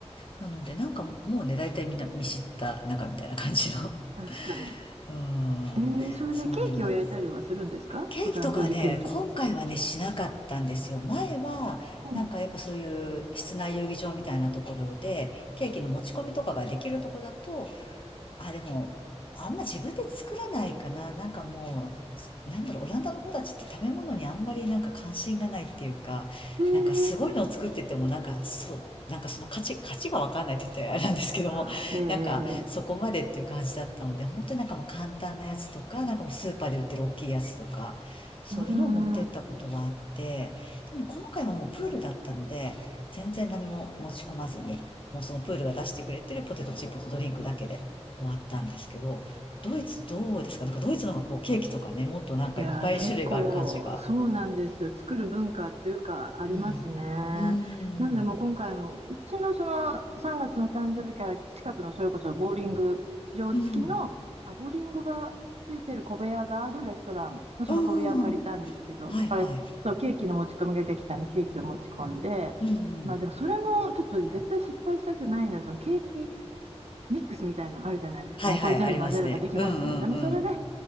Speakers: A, on the left; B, on the right.
A: なので、なんかもうね、大体みんな見知った仲みたいな感じの。
B: 確かに。
A: <laughs> うん。
B: えー、それでケーキを焼いたりはするんですかお誕生日ケーキ。
A: そんな。ケーキとかね、今回はね、しなかったんですよ。前は、
B: うん、
A: なんかやっぱそういう室内遊技場みたいなところで、ケーキの持ち込みとかができるとこだと、あ、でも、あんま自分で作らないかな。なんかもう、なんだろう、オランダの子たちって食べ物にあんまりなんか関心がないっていうか、
B: えー、
A: なんかすごいのを作ってても、なんかそう、なんかその価値、価値がわかんないって言ったらあれなんですけども、
B: ああ、ええ
A: なんかそこまでっていう感じだったので、本当になんかもう簡単なやつとか、なんかもうスーパーで売ってる大きいやつとか、そういうのを持ってったことがあって、
B: ー、うんうん
A: でも今回はもうプールだったので、全然何も持ち込まずに、もうそのプールが出してくれてるポテトチップとドリンクだけで終わったんですけど、ドイツどうですかなんかドイツの方がこうケーキとかね、もっとなんかいっぱい種類がある感じが。
B: いやー、結構そうなんですよ。作る文化っていうかありますね。
A: うん。
B: な
A: うーん。
B: のでもう今回もうちのその3月の誕生日会近くのそれこそボーリング場付きのあボーリングがついてる小部屋があるレストランのその小部屋を借りたんですけど、
A: うん。うん。はいはい。
B: だからそうケーキの持ち込みができたんでケーキを持ち込んで、
A: うんうん。
B: まあでもそれもちょっと絶対失敗したくないので、そのケーキミックスみたいのあるじゃないですか。
A: はいはい、
B: もうこれ全部混ぜればできますよみたいな。
A: ありますね。うんうんうん。
B: もうそれで